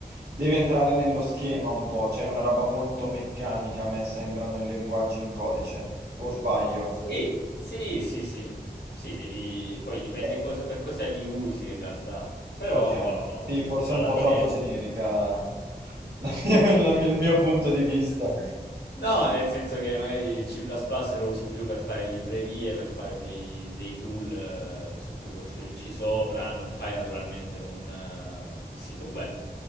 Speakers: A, on the right (about 75°); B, on the left (about 85°).
A: devi entrare nello schema un po', cioè è una roba molto meccanica, a me sembrano i linguaggi in codice, o sbaglio?
B: Sì, sì, sì, sì, sì, devi... poi dipende
A: Eh,
B: cosa per cosa li usi in realtà, però
A: ok, sì, forse
B: alla
A: è un po'
B: fine...
A: troppo generica la mia- la mia- il mio punto di vista.
B: No, nel senso che magari il C++ lo usi più per fare librerie, per fare dei, dei tool eh, su cui costruirci sopra, non fai naturalmente un eh, sito web.